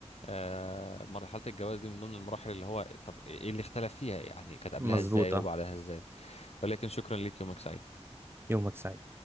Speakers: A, on the left; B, on the right.
A: آه، مرحلة الجواز دي من ضمن المراحل اللي هو طب ايه اللي اختلف فيها يعني كانت قبلها
B: مظبوط
A: ازاي
B: اه
A: وبعدها ازاي ولكن شكرا ليك يومك سعيد
B: يومك سعيد